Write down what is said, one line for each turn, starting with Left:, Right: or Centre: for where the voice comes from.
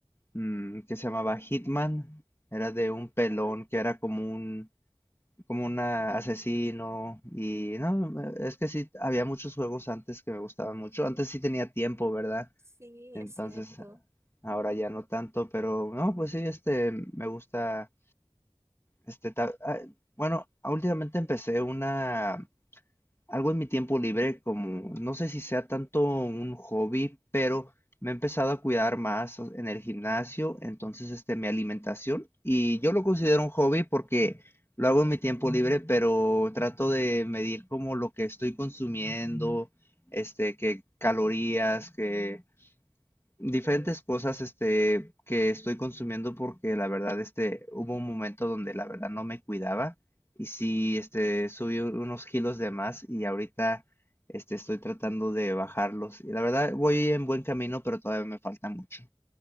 Left: mm, que se llamaba Hitman. Era de un pelón
Right: Ajá,
Left: que era como un, como un asesino. Y no, me- es que sí, había muchos juegos antes que me gustaban mucho. Antes sí tenía tiempo, ¿verdad?
Right: sí,
Left: Entonces,
Right: es cierto.
Left: ahora ya no tanto, pero no, pues sí, este, me gusta, este, ta- ah, bueno, últimamente empecé una algo en mi tiempo libre, como no sé si sea tanto un hobby, pero me he empezado a cuidar más o- en el gimnasio, entonces este, mi alimentación, y yo lo considero un hobby porque lo hago en mi tiempo libre, pero trato de medir como lo que estoy consumiendo, este, que calorías, que Diferentes
Right: Ajá.
Left: cosas, este, que estoy consumiendo porque la verdad, este, hubo un momento donde la verdad no me cuidaba y sí, este, subí u- unos kilos de más y ahorita, este, estoy tratando de bajarlos. Y la verdad, voy en buen camino, pero todavía me falta mucho.